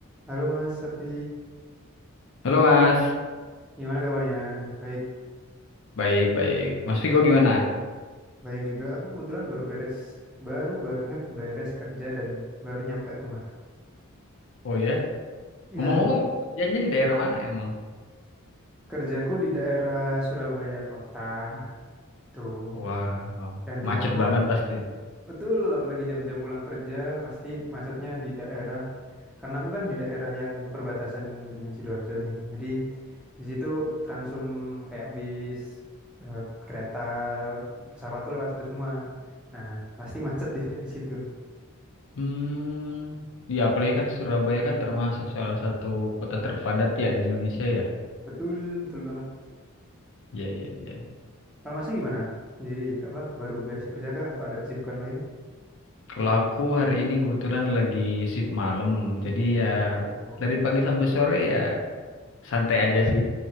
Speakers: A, in the centre; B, on the left.
A: Halo Mas Sakti,
B: Halo Mas,
A: gimana kabarnya? Baik,
B: baik baik. Mas Vigo gimana?
A: baik juga. Aku kebetulan baru beres, baru banget beres kerja dan baru nyampe rumah.
B: Oh ya,
A: Ya,
B: Ngomong-ngomong, jalannya di daerah mana emang?
A: kerjaku di daerah Surabaya kota tuh,
B: wow,
A: dan rumahku
B: Macet banget pasti.
A: betul, apalagi jam-jam pulang kerja pasti macetnya di daerah. Karena aku kan di daerah yang perbatasan dengan Sidoarjo nih. Jadi di situ transum kayak bis, eh, kereta, pesawat tuh lewat situ semua. Nah, pasti macet <laughs> di di situ.
B: Hmm, ya apalagi kan Surabaya kan termasuk salah satu kota terpadat ya di Indonesia ya.
A: Betul, betul banget.
B: Ya ya ya.
A: Kalau masnya gimana? Sendiri apa baru beres kerja kah atau ada kesibukan lain?
B: Kalau aku hari ini kebetulan lagi shift malam, jadi ya
A: Oh
B: dari
A: gitu.
B: pagi sampai sore ya santai aja sih.